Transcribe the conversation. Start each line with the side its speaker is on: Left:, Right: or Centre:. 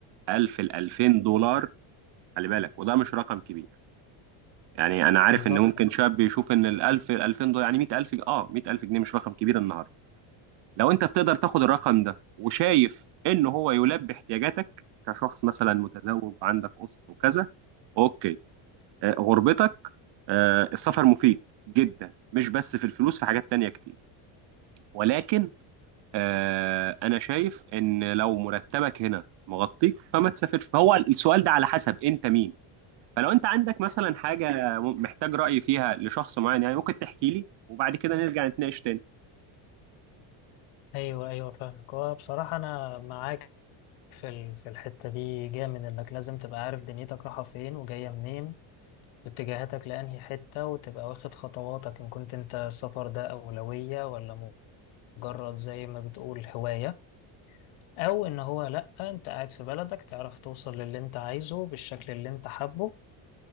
Right: 1000 ل 2000 دولار خلي بالك وده مش رقم كبير يعني انا عارف
Left: بالظبط
Right: ان ممكن شاب يشوف ان ال 1000 2000 دولار يعني 100000 اه 100000 جنيه مش رقم كبير النهارده لو انت بتقدر تاخد الرقم ده وشايف ان هو يلبي احتياجاتك كشخص مثلا متزوج وعندك اسره وكذا اوكي آه، غربتك آه، السفر مفيد جدا مش بس في الفلوس في حاجات تانية كتير ولكن آه، انا شايف ان لو مرتبك هنا مغطيك فما تسافرش فهو السؤال ده على حسب انت مين فلو انت عندك مثلا حاجة محتاج رأي فيها لشخص معين يعني ممكن تحكي لي وبعد كده نرجع نتناقش تاني
Left: أيوه أيوه فاهمك هو بصراحة أنا معاك في ال- في الحتة دي جامد إنك لازم تبقى عارف دنيتك رايحة فين وجاية منين اتجاهاتك لأنهي حتة وتبقى واخد خطواتك إن كنت أنت السفر ده أولوية ولا مجرد زي ما بتقول هواية أو إن هو لأ أنت قاعد في بلدك تعرف توصل للي أنت عايزه بالشكل اللي أنت حابه